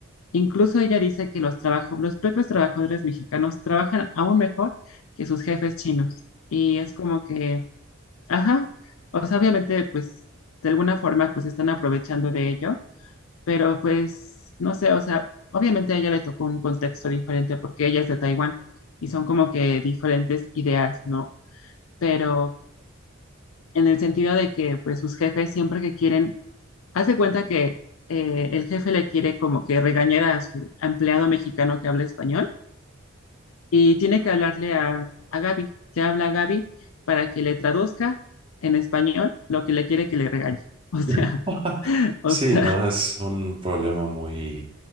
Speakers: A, on the left; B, on the right.
A: incluso ella dice que los trabajo, los propios trabajadores mexicanos trabajan aún mejor que sus jefes chinos. Y es como que, ajá, o sea, obviamente, pues, de alguna forma, pues están aprovechando de ello pero pues no sé, o sea, obviamente a ella le tocó un contexto diferente porque ella es de Taiwán y son como que diferentes ideas, ¿no? Pero en el sentido de que pues sus jefes siempre que quieren, haz de cuenta que eh, el jefe le quiere como que regañar a su empleado mexicano que habla español y tiene que hablarle a, a Gaby, le habla a Gaby para que le traduzca en español lo que le quiere que le regañe. <laughs> O
B: <laughs>
A: sea, o
B: Sí,
A: sea,
B: no, es un problema muy,